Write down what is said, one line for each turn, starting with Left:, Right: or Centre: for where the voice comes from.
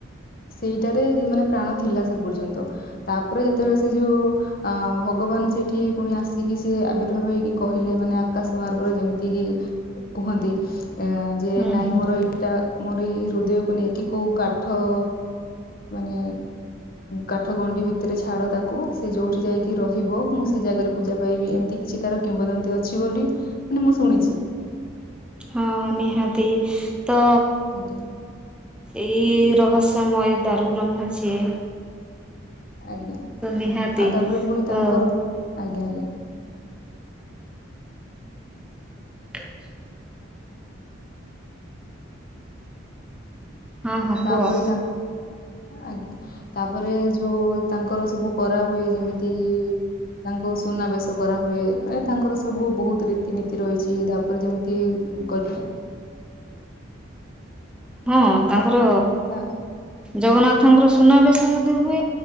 Left: ସେଇଟାରେ ମାନେ ପ୍ରାଣ ଥିଲା ସେ ପର୍ଯ୍ୟନ୍ତ। ତାପରେ ଯେତେବେଳେ ସେ ଯୋଉ ଅ ଭଗବାନ ସେଇଠି ପୁଣି ଆସିକି ସେ ଆବିର୍ଭାବ ହେଇକି କହିଲେ ମାନେ ଆକାଶ ମାର୍ଗରେ ଯେମିତି କିି କୁହନ୍ତି ଏ ଯେ
Centre: ହୁଁ
Left: ନାଇଁ
Centre: ହୁଁ।
Left: ମୋର ଏଇଟା ମୋର ଏଇ ହୃଦୟକୁ ନେଇକି କୋଉ କାଠ ମାନେ କାଠ ଗଣ୍ଡି ଭିତରେ ଛାଡ ତାକୁ ସେ ଯୋଉଠି ଯାଇକି ରହିବ ମୁଁ ସେଇ ଜାଗାରେ ପୂଜା ପାଇବି ଏମିତି। କିଛି ତାର କିମ୍ବଦନ୍ତୀ ଅଛି ବୋଲି ମାନେ ମୁଁ ଶୁଣିଛି।
Centre: ହଁ ନିହାତି ତ
Left: ଆଜ୍ଞା
Centre: ଏଇ ରହସ୍ୟମୟ ଦାରୁ ବ୍ରହ୍ମ ସିଏ।
Left: ଆଜ୍ଞା। ଆଉ
Centre: ତ ନିହାତି
Left: ତାପରେ ପୁଣି
Centre: ତ
Left: ତାଙ୍କର ଆଜ୍ଞା ଆଜ୍ଞା।
Centre: <unintelligible> ହଁ ହଁ
Left: ତାପରେ
Centre: କୁହ।
Left: ତାଙ୍କ ଆଜ୍ଞା। ତାପରେ ଯୋଉ ତାଙ୍କର ସବୁ କରା ହୁଏ ଯେମିତି ତାଙ୍କୁ ସୁନାବେଶ କରାହୁଏ ମାନେ ତାଙ୍କର ସବୁ ବହୁତ ରୀତିନୀତି ରହିଛି ତାପରେ ଯେମିତି ଗତ <inaudible>
Centre: ହଁ ତାଙ୍କର
Left: ତା
Centre: ଜଗନ୍ନାଥଙ୍କର ସୁନାବେଶ ମଧ୍ୟ ହୁଏ।